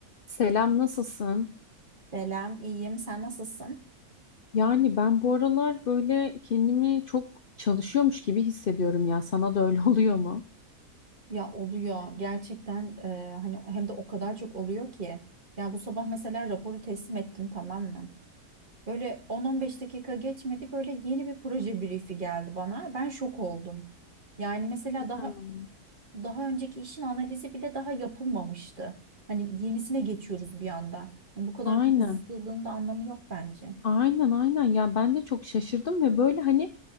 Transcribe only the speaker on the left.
Selam, nasılsın?
Yani ben bu aralar böyle kendimi çok çalışıyormuş gibi hissediyorum ya. Sana da öyle <laughs> oluyor mu?
Canım.
Aynen.
Aynen aynen ya ben de çok şaşırdım ve böyle hani